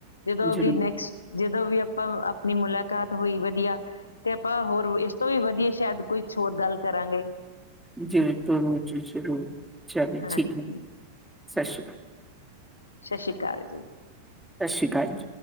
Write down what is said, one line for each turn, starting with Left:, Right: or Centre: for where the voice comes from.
Left: ਜਦੋਂ
Centre: ਜ਼ਰੂਰ
Left: ਵੀ
Centre: ਜੀ,
Left: ਨੈਕਸਟ ਜਦੋਂ ਵੀ ਆਪਾਂ ਆਪਣੀ ਮੁਲਾਕਾਤ ਹੋਈ ਵਧੀਆ ਤੇ ਆਪਾਂ ਹੋਰ ਇਸ ਤੋਂ ਵੀ ਵਧੀਆ ਸ਼ਾਇਦ ਕੋਈ ਛੋਟ ਗੱਲ ਕਰਾਂਗੇ।
Centre: ਜਿ ਚ ਸ਼ੁਰੂ ਚੱਲ
Left: ਹਾਂ
Centre: ਠੀਕ
Left: ਸਤਿ
Centre: ਹੈ। ਸਤਿ ਸ਼੍ਰੀ ਅਕਾਲ।
Left: ਸਤਿ ਸ੍ਰੀ ਅਕਾਲ ਜੀ।
Centre: ਸ਼ਿਕਾਇਤ।